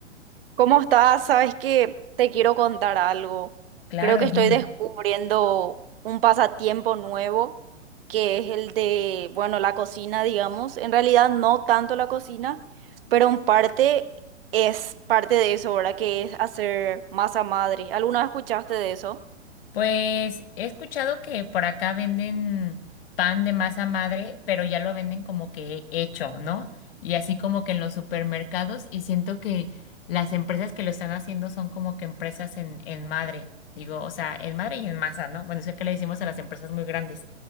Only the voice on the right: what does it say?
¿Cómo estás? Sabes que te quiero contar algo.
Creo que estoy
descubriendo un pasatiempo nuevo, que es el de, bueno, la cocina, digamos. En realidad no tanto la cocina, pero en parte es parte de eso, ¿verdad? Que es hacer masa madre. ¿Alguna vez escuchaste de eso?